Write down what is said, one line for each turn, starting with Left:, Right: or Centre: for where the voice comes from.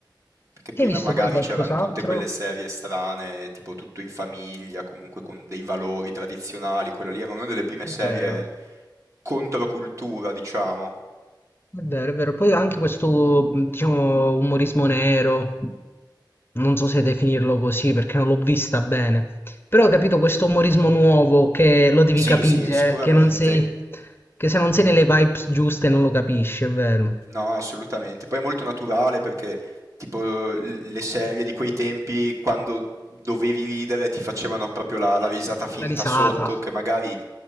Right: Perché prima
Left: Hai visto
Right: magari
Left: pure qualcos'altro?
Right: c'erano tutte quelle serie strane, tipo Tutto in famiglia, comunque con dei valori tradizionali, quella lì era una delle prime
Left: È
Right: serie
Left: vero.
Right: controcultura, diciamo.
Left: È vero, è vero. Poi anche questo, diciamo, umorismo nero, non so se definirlo così perché non l'ho vista bene, però ho capito questo umorismo nuovo che lo devi
Right: Sì,
Left: capire,
Right: sì, sicuramente.
Left: eh, che non sei, che se non sei nelle vibes giuste non lo capisci, è vero.
Right: No, assolutamente. Poi è molto naturale perché tipo l- le serie di quei tempi quando dovevi ridere ti facevano proprio la, la risata finta
Left: La risata.
Right: sotto, che magari